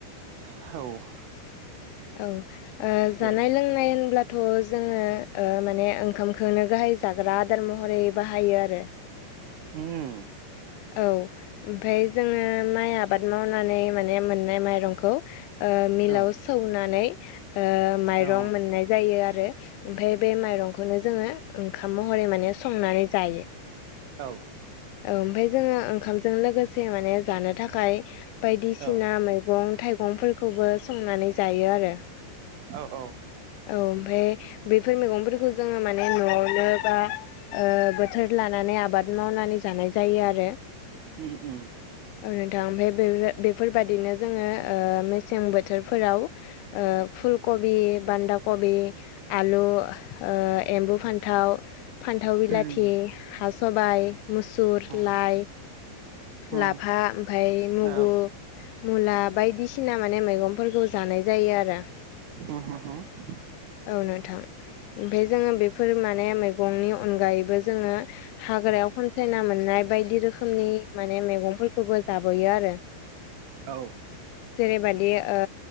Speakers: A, on the right; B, on the left.
A: औ
B: औ
A: दे
B: जानाय लोंनाय होनब्ला थ' जोङो माने ओंखामखौनो गाहाय जाग्रा आदार महरै बाहायो आरो
A: उम
B: औ ओमफफ्राय जोङो माइ आबाद मावनानै माने मोननाय माइरंखौ ओ मिलाव
A: औ
B: सौनानै ओ माइरं
A: औ
B: मोननाय जायो आरो ओमफ्राय बे माइरंखौनो जोङो ओंखाम महरै माने संनानै जायो
A: औ
B: औ ओमफ्राय जोङो ओंखामजों लोगोसे माने जानो थाखाय बायदिसिना
A: औ
B: मैगं थाइगंफोरखौबो संनानै जायो आरो
A: औ औ
B: औ ओमफफ्राय बेफोर मैगंफोरखौ जोङो माने न'आवनो बा ओ बोथोर लानानै आबाद मावनानै जानाय जायो आरो
A: <unintelligible>
B: औ नोंथां ओमफ्राय बे बेफोरबादिनो जोङो मेसें बोथोरफोराव ओ फुलकबि बान्दा कबि आलु ओ एम्बु फान्थाव फान्थाव बिलाथि
A: उम
B: हा सबाइ मुसुर
A: उम औ उम
B: लाइ
A: उम औ उम
B: लाफा ओमफ्राय मुगु
A: औ
B: मुला बायदिसिना माने मैगंफोरखौ जानाय जायो आरो
A: <unintelligible>
B: औ नोंथां ओमफफ्राय जोङो बेफोर माने मैगंनि अनगायैबो जोङो हाग्रायाव खनसायना मोननाय बायदि रोखोमनि माने मैगंफोरखौबो जाबोयो आरो
A: औ
B: जेरैबादि ओ